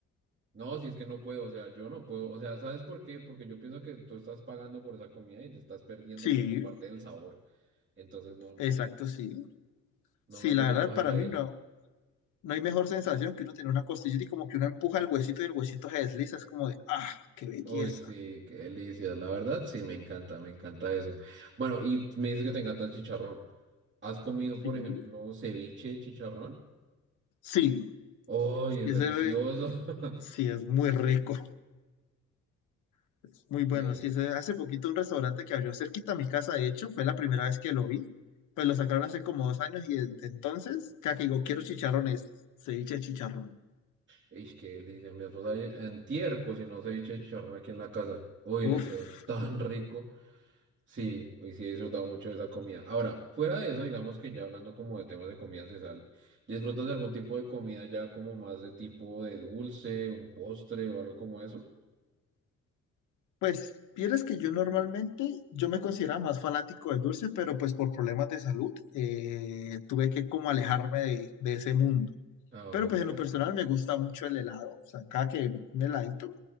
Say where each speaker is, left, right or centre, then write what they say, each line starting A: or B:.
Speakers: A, on the right; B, on the left.
A: No, si es que no puedo, o sea, yo no puedo, o sea, ¿sabes por qué? Porque yo pienso que tú estás pagando por esa comida y te estás perdiendo
B: sí,
A: como parte del sabor. Entonces, no, no,
B: exacto, sí.
A: no
B: Sí,
A: me gusta
B: la verdad
A: como dejarla
B: para mí
A: ir.
B: no, no hay mejor sensación que uno tener una costilla y como que uno empuja el huesito y el huesito se desliza, es como de, ah, qué belleza.
A: Uy, sí, qué delicia, la verdad, sí, me encanta, me encanta eso. Bueno, y me dices que te encanta el chicharrón. ¿Has comido, por
B: Sí.
A: ejemplo, ceviche de chicharrón?
B: Sí,
A: Uy, es
B: y
A: delicioso.
B: ese,
A: <laughs>
B: Sí, es muy rico, <laughs> muy bueno.
A: Qué delicia.
B: Sí, se- hace poquito un restaurante que abrió cerquita a mi casa, de hecho, fue la primera vez que lo vi. Pues lo sacaron hace como dos años y desde entonces, cada que digo, quiero chicharrones, ceviche de chicharrón.
A: Ish, qué delicia. Mi esposa ayer- antier cocinó ceviche de chicharrón aquí en la casa. Uy,
B: Uf,
A: le quedó tan rico. Sí, hoy sí he disfrutado mucho de esa comida. Ahora, fuera de eso, digamos que ya hablando como de temas de comidas de sal, ¿disfrutas de algún tipo de comida ya como más de tipo de dulce, un postre o algo como eso?
B: pues, vieras que yo normalmente, yo me consideraba más fanático del dulce, pero pues por problemas de salud, eh, tuve que como alejarme de, de ese mundo.
A: Ah,
B: Pero pues
A: qué triste.
B: en lo personal me gusta mucho el helado, o sea, cada que un heladito,